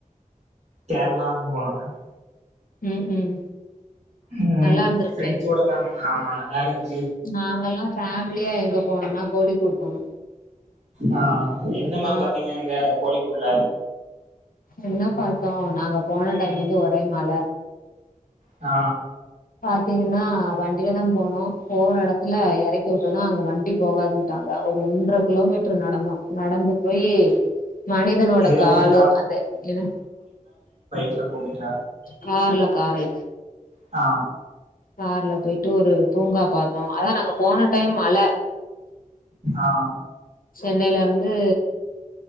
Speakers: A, on the right; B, on the left.
A: கேர்ளா அங்கபோனோமேம்
B: ம் ம்
A: ம்
B: நல்லா இருந்திருக்குமே
A: ஃப்ரெண்ஸ் ஓட தா ஆமா நல்லா இருந்து
B: நாங்கல்லா ஃபேமிலியா எங்க போனோனா கோழிக்கோடு போனோ
A: ஆ என்ன மேம்
B: ஆ
A: பாத்தீங்க அங்க கோழிக்கோட்ல
B: என்ன பாத்தோ நாங்க போன டைம் வந்து ஒரே மழ
A: ஆ
B: பாத்தீங்கன்னா வண்டில தா போனோ போற எடத்துல எறக்கி வுட்டோனே அங்க வண்டி போகாதுன்டாங்க ஒரு ஒன்ற கிலோமீட்டர் நடந்தோ நடந்து போயி மனிதனோட
A: எதுல
B: காளு
A: மேம்
B: அந்த என்ன
A: எதுல போனீங்க
B: கார்ல கார்ல
A: ஆ
B: கார்ல போயிட்டு ஒரு பூங்கா பாத்தோ ஆனா நாங்க போன டைம் மழ
A: ஆ
B: சென்னைல இருந்து